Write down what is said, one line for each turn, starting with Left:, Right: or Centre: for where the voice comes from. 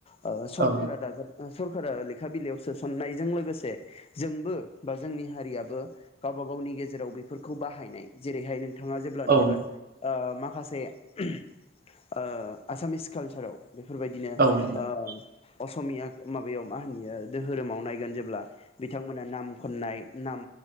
Left: ओ सरखारा
Right: औ
Left: दाजाब सरखारा लेखा बिलाइयाव सोसननायजों लोगोसे जोंबो बा जोंनि हारियाबो गावबा गावनि गेजेराव बेफोरखौ बाहायनाय जेरैहाय नों थाङा जेब्ला नुगोन
Right: औ
Left: ओ माखा माखासे ओ आसामिस। कालसाराव बेफोरबायदिनो
Right: औ
Left: ओ। असमिया माबायाव मा होनोयो दोहोरोमाव नायगोन जेब्ला बिथांमोना नाम खननाय नाम